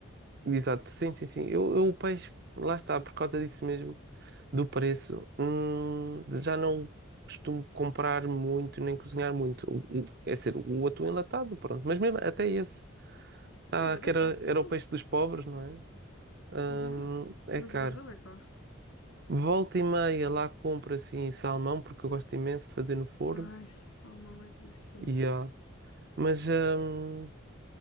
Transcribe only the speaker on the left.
Está bem
da cara,
ouça.
Yeah.
Mas
agora está bem caro.
Ai, salmão é delicioso.